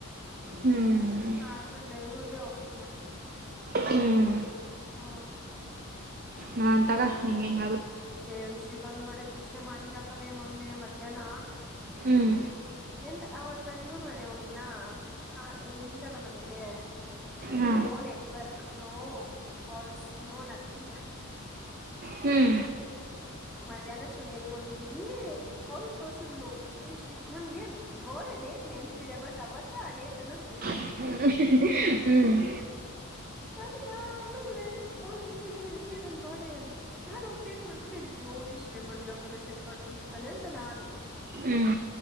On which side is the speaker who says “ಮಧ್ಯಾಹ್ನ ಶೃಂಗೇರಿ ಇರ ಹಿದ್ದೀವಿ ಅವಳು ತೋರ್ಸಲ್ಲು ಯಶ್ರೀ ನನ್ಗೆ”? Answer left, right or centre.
Centre